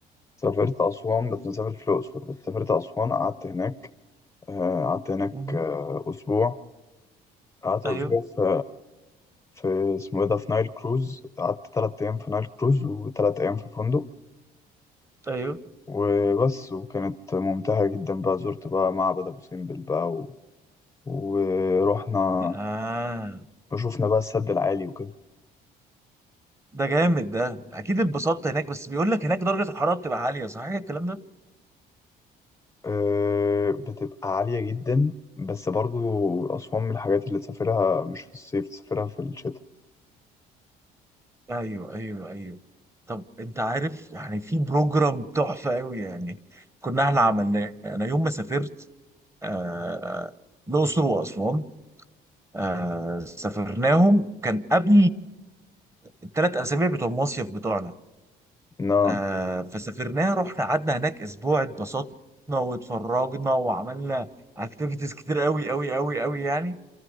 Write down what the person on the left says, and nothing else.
سافرت أسوان بس مسافر في الأقصر بس سافرت أسوان قعدت هناك آه، قعدت هناك
آه، أسبوع قعدت
أسبوع في في اسمه إيه ده في نايل كروز قعدت تلات أيام في نايل كروز وتلات أيام في فندق
وبس وكانت ممتعة جدا بقى زرت بقى معبد أبو سمبل بقى و... ورحنا
وشوفنا بقى السد العالي وكده
أه بتبقى عالية جدا بس برضو أسوان من الحاجات اللي تسافرها مش في الصيف تسافرها في الشتاء
لا